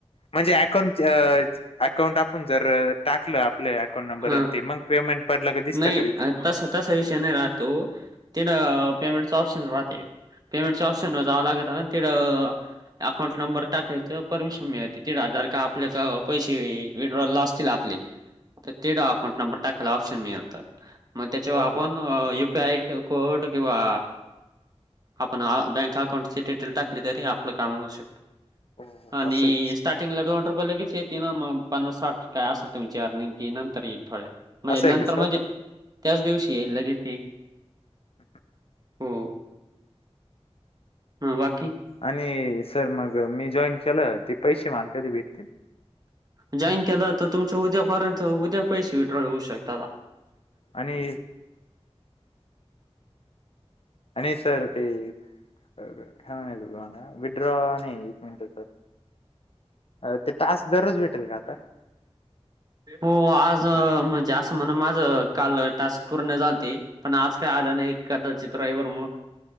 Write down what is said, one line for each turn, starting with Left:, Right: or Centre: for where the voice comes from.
Left: म्हणजे अकाउंट अकाउंट आपण जर टाकलं आपल्या अकाउंट नंबरनंत
Right: हा
Left: मग पेमेंट पडलं का दिसतं
Right: नाही
Left: का तिथं
Right: तस तसा विषय नाही राहतो तथं पेमेंटच ऑप्शन राहते पेमेंट ऑप्शन जावं लागेत तं अकाउंट नंबर टाकायच परमिशन मिळते तीड हजार का आपल्या पैसे विड्रॉल असतील आपले तर तेढा अकाउंट नंबर टाकायला ऑप्शन मिळतं मग त्याच्यावर
Left: हो
Right: आपण
Left: हो
Right: यु पी आय
Left: हो
Right: कोड किंवा आपण बँक अकाउंटचे डिटेल टाकली तरी आपलं काम होऊ शकतं
Left: हो
Right: आणि
Left: असं आहे
Right: स्टार्टिंग ला डोवं रुपयला कचेती ना पन्नास साठ काय असेल तुमची अर्निंग की नंतर येईल थोडे म्हणजे
Left: असं
Right: नंतर
Left: आहे का सर
Right: म्हणजे त्याच दिवशी लगेच
Left: <inaudible>
Right: हो. हं, बाकी
Left: आणि सर मग मी जॉईन केलं ते पैसे मागतात कधी भेटतील
Right: जॉईन केलं तर तुमच्या उद्यापर्यंत उद्या पैसे विड्रॉल येऊ शकते.
Left: आणि आणि सर ते काय म्ह तु विड्रॉ नाही एक मिनिटच. अ ते तास दररोज भेटेल का आता.
Right: हो आज जास्त म्हण माझं काल टास्क पूर्ण झालते पण आज काय आलं नाही एखादा चित्रवर मग